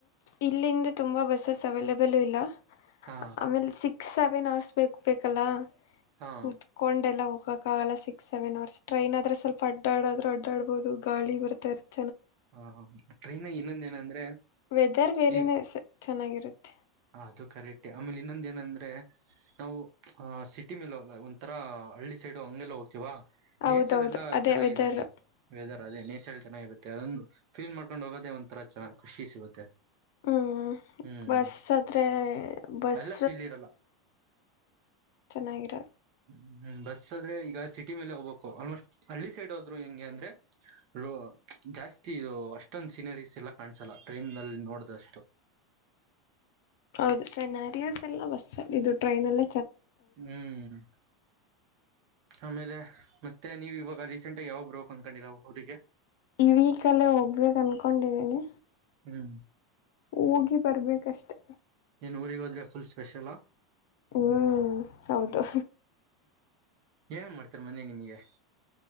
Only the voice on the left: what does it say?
ಇಲ್ಲಿಂದ ತುಂಬಾ ಬಸ್ಸಸ್ ಅವೈಲಬಲ್ ಇಲ್ಲ
ಆಮೇಲೆ ಸಿಕ್ಸ್ ಸೆವೆನ್ ಅವರ್ಸ್ ಬೇಕು ಬೇಕಲ್ಲ
ಕೂತ್ಕೊಂಡೆಲ್ಲ ಹೋಗ ಆಾಗಲ್ಲಾ ಸಿಕ್ಸ್ ಸೆವೆನ್ ಅವರ್ ಟ್ರೈನ್ ಆದ್ರೆ ಸ್ವಲ್ಪ ಅಡ್ಡ್ರ್ ಅಡ್ಡಡ್ಬೋುದು ಗಾಳಿ ಬರ್ತ ಇರುತ್ತೇ
ವೆದರ್ ಬೇರೆನೆ
ಚೆನ್ನಾಗಿರುತ್ತೆ
ಹೌದೌದು
ಅದೇ
ವೆದರ್
ಹ್ಮ್
ಬಸ್ ಅದ್ರೆ ಬಸ್
ಚೆನ್ನಾಗಿರ
ಹೌದು ಸೆನಾರಿಯಸ್ ಎಲ್ಲ ಬಸ್ ಅಲ್ಲಿ ಇದು ಟ್ರೈನ್ ಎಲ್ಲ
ಈ ವಿಕಲ್ಲೇ ಹೋಗ್ಬೇಕೇ ಅನ್ಕೊಂಡಿದೀನಿ
ಹೋಗಿ ಬರ್ಬೇಕಷ್ಟೆ
ಹ್ಮ್ ಹೌದು